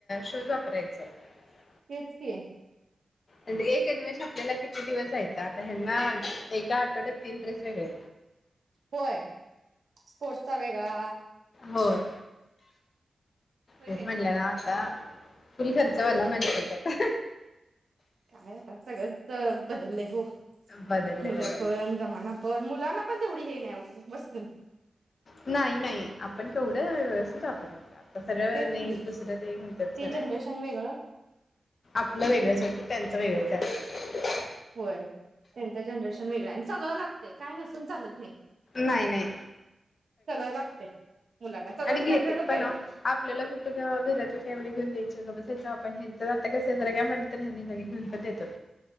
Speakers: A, on the left (about 60°); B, on the right (about 70°).
A: शुज राख सकते <unintelligible>
B: तेच के
A: एक गन्वेेष आपल्याला किती दिवस जायइल. आता हे ना एका आठवड्यात तीन ड्रेस वेगळे
B: होय स्पोटचा वेगळा
A: होय.
B: होय
A: यस
B: की नाही
A: म्हणलं ना आता. फुल खर्चवाला <unintelligible> माणसेत आता.
B: काय आता सगळंच बदललंय हो
A: बदलले
B: मुलं
A: बदलले
B: पण जमाना पण मुलांना पण तेवढी हे नाही <unintelligible> मस
A: नाही नाही आपण. तेवढं व्यवस्थित वापरायचा सगळ्या
B: तेच
A: नाही
B: की
A: दुसऱ्या ते म्हणतात
B: ते
A: सऱ्या
B: जनरेशन वेगळं
A: आपलं वेगळंच
B: होय की नाही
A: त्यांच वेगळंहाय.
B: होय त्यांचं जनरेशन वेगळं आणि सगळं लागतंय काय नसून चालत नाही. <unintelligible>
A: नाही नाही
B: सगळं लागतयं मुलांना, सगळं
A: आणि
B: स्टॅंडर्ड
A: घेतेत पण
B: पाहिजे.
A: अहो आपल्याला कुठं तेव्हा घरातलं काय एवढं घेऊन <unintelligible> द्यायच, आपणच आता कस जरा घ्या म्हणलं तर ह्यांनी घेऊन पण देतात.